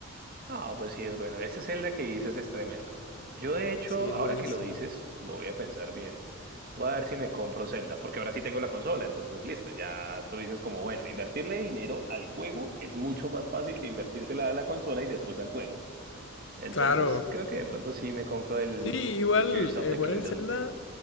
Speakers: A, on the right; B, on the left.
A: Ah, pues sí, es bueno. Este Zelda que dices es tremendo. Yo, de hecho,
B: Sí, es
A: ahora
B: buenísimo.
A: que lo dices, lo voy a pensar bien. Voy a ver si me compro Zelda, porque ahora sí tengo la consola, entonces listo, ya tú dices como, bueno, invertirle dinero al juego es mucho más fácil que invertírsela a la consola y después al juego. Entonces,
B: Claro.
A: creo que de pronto sí me compro el,
B: Sí, igual,
A: el Tears of
B: igual
A: the Kingdom.
B: el Zelda